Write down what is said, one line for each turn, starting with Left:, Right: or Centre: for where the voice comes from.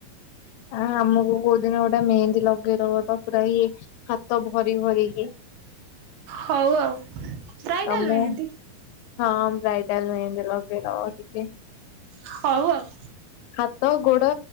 Left: ଆ ଆମକୁ କୋଉଦିନ ଗୋଟେ ମେହେନ୍ଦୀ ଲଗେଇଦବ ତ ପୁରା ଇଏ ହାତ ଭରି ଭରିକି।
Right: ହଉ ଆଉ ବ୍ରାଇଟାଲ୍
Left: ତମେ
Right: ମେହେନ୍ଦି।
Left: ହଁ ବ୍ରାଇଡଲ ମେହେନ୍ଦି ଲଗେଇ ଦବ ଟିକେ।
Right: ହଉ ଆଉ।
Left: ହାତ ଗୋଡ